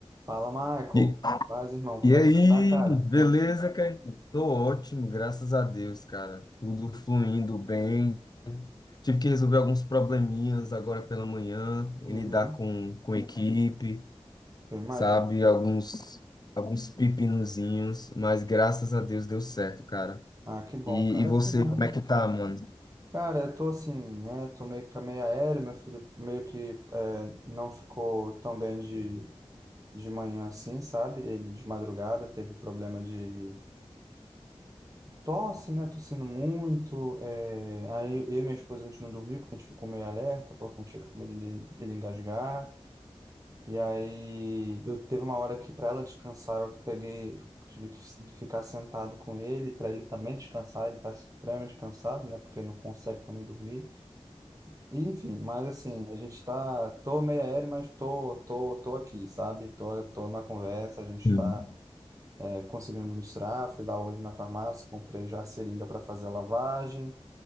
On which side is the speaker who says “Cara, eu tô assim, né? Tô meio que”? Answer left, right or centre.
Right